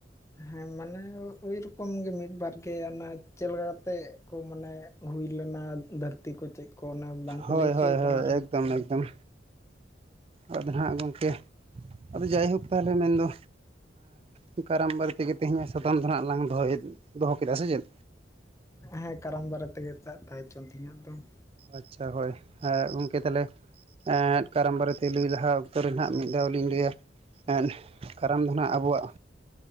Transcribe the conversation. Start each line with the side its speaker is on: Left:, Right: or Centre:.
Left: ᱦᱮᱸ ᱢᱟᱱᱮ ᱳᱭ ᱨᱚᱠᱚᱢ ᱜᱮ ᱢᱤᱫ ᱵᱟᱨ ᱜᱮ ᱚᱱᱟ ᱪᱮᱞᱮᱠᱟ ᱠᱟᱛᱮᱜ ᱠᱚ ᱢᱟᱱᱮ ᱦᱩᱭ ᱞᱮᱱᱟ ᱫᱷᱟᱹᱨᱛᱤ ᱠᱚ ᱪᱮᱜ ᱠᱚ ᱚᱱᱟ ᱵᱟᱝᱠᱚ
Right: ᱦᱳᱭ
Left: ᱞᱟᱹᱭ ᱦᱚᱪᱚᱭᱟ
Right: ᱦᱳᱭ ᱦᱳᱭ
Left: ᱠᱚ ᱚᱱᱟᱨᱮ
Right: ᱮᱠᱫᱚᱢ ᱮᱠᱫᱚᱢ ᱟᱫᱚ ᱱᱟᱦᱟᱜ ᱜᱚᱝᱠᱮ ᱟᱫᱚ ᱡᱟᱭᱦᱳᱠ ᱛᱟᱦᱞᱮ ᱢᱮᱱᱫᱚ ᱮᱸ ᱠᱟᱨᱟᱢ ᱵᱟᱨᱮ ᱛᱮᱜᱮ ᱛᱮᱦᱤᱧᱟᱜ ᱥᱟᱛᱟᱢ ᱫᱚ ᱱᱟᱦᱟᱜ ᱞᱟᱝ ᱫᱚᱦᱚᱭᱮᱫ ᱫᱚᱦᱚ ᱠᱮᱫᱟ ᱥᱮ ᱪᱮᱫ?
Left: ᱦᱮᱸ ᱦᱮᱸ ᱠᱟᱨᱟᱢ ᱵᱟᱨᱮ ᱛᱮᱜᱮᱜ ᱛᱟ-ᱛᱟᱦᱮᱸ ᱚᱪᱚᱣᱟᱱ ᱛᱮᱦᱤᱧᱟᱜ ᱫᱚ ᱾
Right: ᱟᱪᱪᱷᱟ ᱦᱚᱭ ᱮᱸ ᱜᱚᱝᱠᱮ ᱛᱟᱦᱞᱮ ᱮᱸ ᱠᱟᱨᱟᱢ ᱵᱟᱨᱮᱛᱮ ᱞᱟᱹᱭ ᱞᱟᱦᱟ ᱚᱠᱛᱚ ᱨᱮ ᱱᱟᱦᱟᱜ ᱢᱤᱫ ᱫᱷᱟᱣ ᱞᱤᱧ ᱞᱟᱹᱭᱟ ᱮᱸ ᱠᱟᱨᱟᱢ ᱫᱚ ᱱᱟᱦᱟᱸᱜ ᱟᱵᱚᱣᱟᱜ